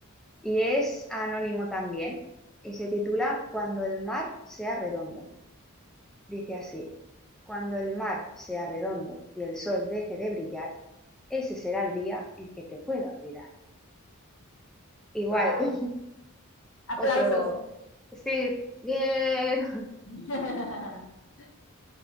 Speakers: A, in the centre; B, on the left.
A: Y es anónimo también, y se titula Cuando el mar sea redondo. Dice así, cuando el mar sea redondo y el sol deje de brillar, ese será el día en que te pueda olvidar. Igual,
B: wow,
A: <laughs>
B: aplausos.
A: otro... Sí, bien.
B: <laughs>